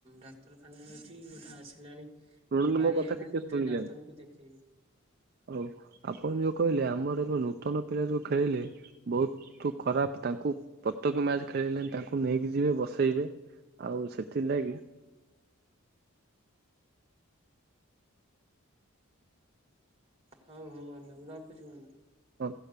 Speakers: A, on the right; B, on the right.
A: ଡାକ୍ତରଖାନାରେ ଅଛି ଗୋଟେ ଆସିଲାଣି।
B: ଶୁଣନ୍ତୁ
A: ମୋ ବାରି
B: କଥା
A: ଆଇଲଣି ମୁଁ
B: ଶୁଣିଯାଆନ୍ତୁ।
A: ଟିକେ ଡାକ୍ତରଙ୍କୁ ଦେଖେଇବି।
B: ହଉ ଆପଣ ଯୋଉ କହିଲେ ଆମର ଏବେ ନୂତନ ପିଲା ଯୋଉ ଖେଳିଲେ ବହୁତୁ ଖରାପ ତାଙ୍କୁ ପ୍ରତ୍ୟେକ ମ୍ୟାଚ ଖେଳେଇଲେନି ତାଙ୍କୁ ନେଇକି ଯିବେ ବସେଇବେ। ଆଉ ସେଥିର ଲାଗି।
A: ହଉ ହଉ ବନ୍ଧୁ ମୁଁ ରଖୁଛି ବନ୍ଧୁ।
B: ହଁ।